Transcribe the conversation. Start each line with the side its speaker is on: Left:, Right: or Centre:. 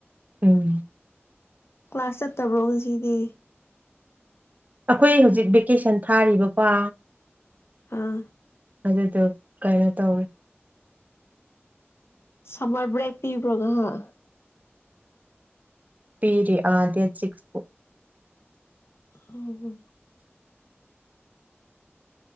Right: ꯎꯝ
Left: ꯀ꯭ꯂꯥꯁ ꯆꯠꯇꯕ꯭ꯔꯣ ꯍꯧꯖꯤꯗꯤ
Right: ꯑꯩꯈꯣꯏ ꯍꯧꯖꯤꯛ ꯚꯦꯀꯦꯁꯟ ꯊꯥꯔꯤꯕꯀꯣ
Left: ꯑꯥ
Right: ꯑꯗꯨꯗꯗ ꯀꯥꯏꯅ ꯇꯧ ꯑꯣꯏꯣꯏ
Left: ꯁꯃꯔ ꯭ꯔꯦꯛ ꯄꯤꯕ꯭ꯔꯣꯉ
Right: ꯄꯤꯔꯤ ꯑꯗ ꯁꯤꯛꯁꯄꯨ
Left: ꯑ ꯍ